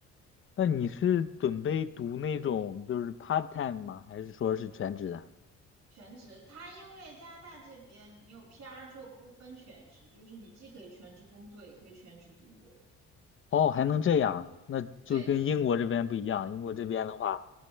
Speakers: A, on the left; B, on the right.
A: 那你是准备读那种就是 part time 吗？还是说是全职的？
B: 全职，它因为加拿大这边你有 PR 就不分全职，就是你既可以全职工作，也可以全职读博。
A: 哦，还能这样，那就跟英国这边不一样。
B: 对。
A: 英国这边的话，